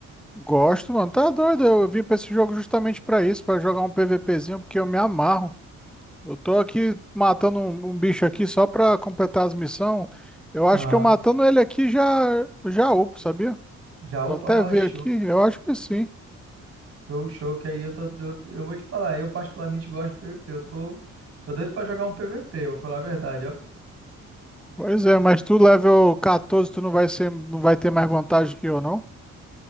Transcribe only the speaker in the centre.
Gosto, mano. Tá doido. Eu vim pra esse jogo justamente pra isso, pra jogar um PVPzinho, porque eu me amarro. Eu tô aqui matando um, um bicho aqui só pra completar as missões. Eu acho
que eu matando ele aqui já já upo, sabia?
Vou até
ver
aqui, eu acho que sim.
Pois é, mas tu level 14, tu não vai ser, não vai ter mais vantagem que eu, não?